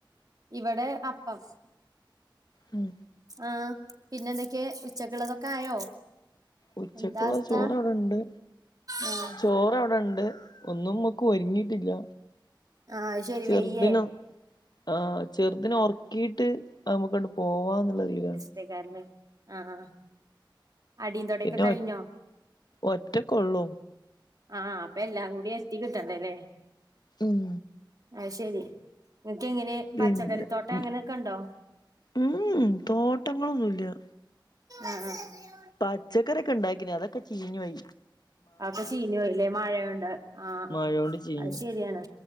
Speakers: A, on the right; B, on the left.
A: ഇവിടെ അപ്പം.
B: ഉം.
A: ആഹ് പിന്നെന്തൊക്കെ ഉച്ചക്കുള്ളതൊക്കെ ആയോ?
B: ഉച്ചക്കുള്ള
A: എന്താ അവസ്ഥ
B: ചോറവ്ടെണ്ട്
A: ആഹ്
B: ചോറവ്ടെണ്ട്. ഒന്നുംമ്മക്ക് ഒരുങ്ങിട്ടില്ല
A: ആഹ് അത് ശരി
B: ചെറുദിന
A: വെയ്യേ
B: ആഹ് ചെറുതിന ഒർക്കീട്ട് നമുക്ക്ണ്ട് പോവാന്നുള്ള തീലാണ്.
A: ന്തേകാര്ന് അഹ് ആഹ് അടീന്തോടെക്കെ
B: പിന്നെ
A: കഴിഞ്ഞോ?
B: ഒ ഒറ്റക്കൊള്ളൂ
A: ആഹ് അപ്പൊ എല്ലാം കൂടി എസ്റ്റി കിട്ടണ്ടല്ലേ?
B: ഉം.
A: ആഹ് ശെരി നിനക്ക് എങ്ങനെ
B: പിന്നെ
A: പച്ചക്കറിത്തോട്ടം
B: ഉം
A: അങ്ങനെയൊക്കെണ്ടോ?
B: ഉം തോട്ടങ്ങളൊന്നുംല്ല-
A: ആഹ് ആഹ്
B: പച്ചക്കെറ്യക്കെ ഉണ്ടാക്കിനതൊക്കെ ചീഞ്ഞോയി
A: അഒക്കെ ചീഞ്ഞോയി ലേ മഴൊയൊ ണ്ട്. ആഹ്
B: മഴോണ്ട് ചീഞ്ഞു
A: അത്
B: പോയി
A: ശെരിയാണ്